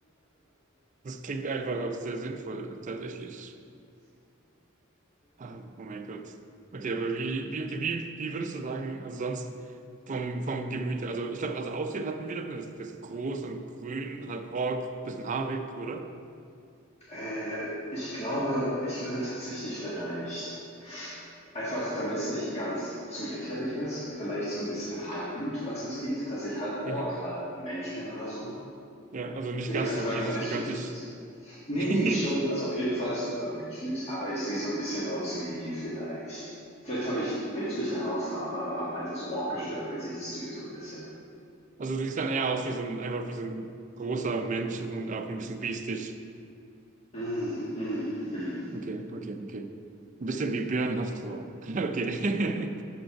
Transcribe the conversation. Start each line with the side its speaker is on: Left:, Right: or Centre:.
Right: Das klingt einfach auch sehr sinnvoll, tatsächlich. Ah, Oh mein Gott. Okay, aber wie, wie, okay, wie, wie würdest du sagen, also sonst vom, vom Gemüte Also ich glaube, also Aussehen hatten wir, das, das groß und grün, hat Ork, bisschen haarig, oder?
Left: Äh, ich glaube, ich würde tatsächlich vielleicht, einfach damit es nicht ganz zu lächerlich ist, vielleicht so ein bisschen Halbblut, falls es geht, dass ich halb Ork,
Right: Mhm.
Left: halb Mensch bin oder so.
Right: Ja, also nicht
Left: Wir
Right: ganz
Left: hinterfragen
Right: so riesig,
Left: mal nicht
Right: gigantisch.
Left: jedes bisschen. Ne,
Right: <laughs>
Left: ne, schon. Also auf jeden Fall super menschlich, aber ich sehe so ein bisschen aus wie vielleicht vielleicht habe ich menschliche Hautfarbe, aber habe einfach so orkische Gesichtszüge so ein bisschen.
Right: Also du siehst dann eher aus wie so ein, einfach wie so ein großer Mensch und auch ein bisschen biestisch.
Left: Hm, mhm, mhm,
Right: Okay, okay, okay. Ein bisschen wie Björn hast <laughs> Okay.